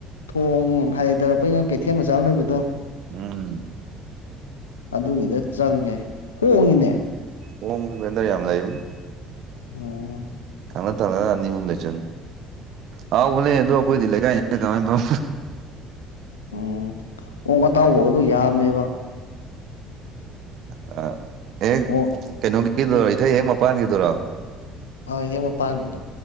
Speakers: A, on the left (about 80°); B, on the right (about 55°).
A: ꯊꯣꯡ ꯍꯥꯏꯊꯔꯛꯄꯩ ꯅꯣꯏ ꯀꯩꯊꯦꯜ ꯃꯆꯥ꯫ ꯆꯥꯑꯝ ꯂꯩꯕꯗꯣ꯫
B: ꯎꯝ꯫
A: ꯑꯗꯨꯒꯤꯗ ꯆꯪꯉꯦ ꯍꯣꯡꯉꯤꯅꯦ
B: ꯍꯕꯦꯟꯗꯔ ꯌꯥꯝ ꯂꯩꯕ
A: ꯑꯣꯝ
B: ꯊꯪꯅ ꯊꯪꯅꯅ ꯑꯅꯤ ꯑꯍꯨꯝ ꯂꯩ ꯆꯅꯤ ꯍꯥꯎ ꯎꯂ ꯑꯗꯨꯣ ꯑꯩꯣꯏ ꯊ ꯂꯩꯦ ꯀꯥꯏ ꯀꯃꯥꯏꯦ
A: ꯎꯝ ꯑꯣꯛ ꯑꯇꯥꯎꯕꯒꯗꯨꯣ ꯌꯥꯝꯃꯦꯕ
B: ꯑ ꯍꯦꯛ
A: ꯑꯣꯛ
B: ꯀꯩꯅꯣꯒꯤꯗꯨꯔꯣ ꯏꯊꯩ ꯍꯦꯛ ꯃꯄꯥꯟꯒꯤꯗꯨꯔꯣ
A: ꯑꯥ ꯍꯦ ꯃ ꯄꯥꯡꯉꯗꯣ